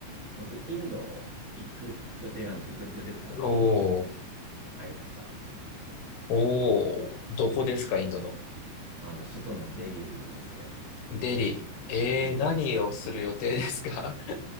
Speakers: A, on the right (about 75°); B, on the left (about 75°).
A: 僕、インド行く予定なんですよ。行く予定というか、
B: おー、
A: あの航空券買いました。
B: おー、どこですか、
A: うん。
B: インドの。
A: あの、首都のデリーですね。
B: デリー。えー、
A: うん。
B: 何をする予定ですか